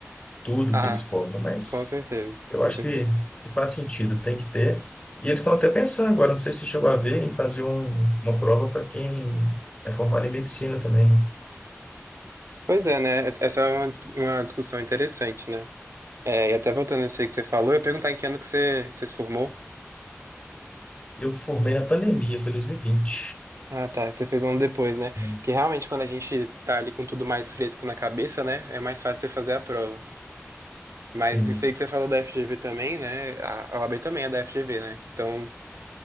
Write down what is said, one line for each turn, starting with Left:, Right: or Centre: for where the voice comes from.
Left: tudo
Right: Ah,
Left: que eles cobram, mas
Right: com certeza,
Left: eu
Right: com
Left: acho
Right: certeza.
Left: que, que faz sentido, tem que ter. E eles estão até pensando agora, não sei se você chegou a ver, em fazer um- uma prova para quem é formado em medicina também, né?
Right: Pois é, né? Essa essa é uma, dis- uma discussão interessante, né? É, e até voltando a isso aí que você falou, eu ia perguntar em que ano que você, você se formou?
Left: Eu formei na pandemia, foi 2020.
Right: Ah, tá, que você fez um ano depois, né?
Left: né?
Right: Porque realmente quando a gente tá ali com tudo mais fresco na cabeça, né? É mais fácil você fazer a prova. Mas
Left: Sim.
Right: isso aí que você falou da FGV também, né? A a OAB também é da FGV, né? Então,